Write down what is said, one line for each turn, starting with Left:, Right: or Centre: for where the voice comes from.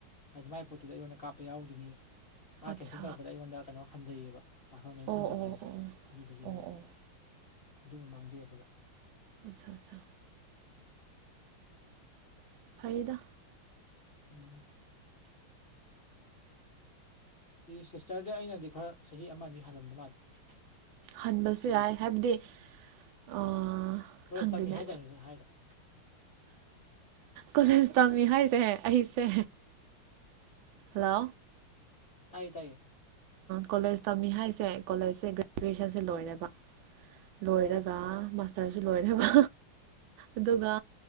Left: ꯍꯥꯏꯗꯤ ꯃꯥꯏ ꯄꯣꯠꯇꯨꯗ ꯑꯩꯉꯣꯟꯗ ꯀꯥꯄ ꯌꯥꯏ ꯌꯥꯎꯗꯅꯤ ꯃꯥ
Right: ꯑꯠꯁꯥ
Left: ꯀꯦꯟꯁꯦꯜ ꯇꯧꯔꯛꯄꯗ ꯑꯩꯉꯣꯟꯗ ꯀꯩꯅꯣ ꯍꯟꯊꯩꯌꯦꯕ ꯄꯥꯔꯐꯣꯔꯃꯦꯟꯁ
Right: ꯑꯣ
Left: ꯍꯟꯊꯕꯒꯤꯀꯣ
Right: ꯑꯣ ꯑꯣ ꯑꯣ
Left: ꯑꯗꯨꯒꯤꯅꯤ
Right: ꯑꯣ
Left: ꯑꯗꯨꯝꯕ ꯃꯥꯡꯖꯩ ꯑꯩꯈꯣꯏꯗ
Right: ꯑꯆꯥ ꯑꯆꯥ ꯐꯗ
Left: ꯎꯝ ꯁꯤꯁꯇꯔꯗꯤ ꯑꯩꯅꯗꯤ ꯈꯔ ꯆꯍꯤ ꯑꯃ ꯑꯅꯤ ꯍꯜꯂꯝꯗ ꯃꯥꯜꯂꯦ
Right: ꯍꯟꯕꯁꯨ
Left: ꯀꯣꯂꯦꯖ
Right: ꯌꯥꯏ ꯍꯥꯏꯕꯗꯤ ꯑꯥ
Left: ꯀꯣꯂꯦꯖ
Right: ꯈꯪꯗꯦꯅꯦ
Left: ꯇꯝꯃꯤ ꯍꯥꯏꯇꯥꯔꯦ ꯍꯥꯏꯗꯣ
Right: ꯀꯣꯆꯦꯟꯁ ꯇꯝꯃꯤ ꯍꯥꯏꯁꯦ ꯑꯩꯁꯦ ꯍꯜꯂꯣ
Left: ꯇꯥꯏ ꯇꯥꯏꯦ
Right: ꯀꯣꯂꯦꯖ ꯇꯝꯃꯤ ꯍꯥꯏꯁꯦ ꯀꯣꯂꯦꯖꯁꯦ ꯒ꯭ꯔꯦꯖꯨꯑꯦꯁꯟꯁꯦ ꯂꯣꯏꯔꯦꯕ ꯂꯣꯏꯔꯒ
Left: ꯑꯣ
Right: ꯃꯥꯁꯇꯔꯁꯨ ꯂꯣꯏꯔꯕ ꯑꯗꯨꯒ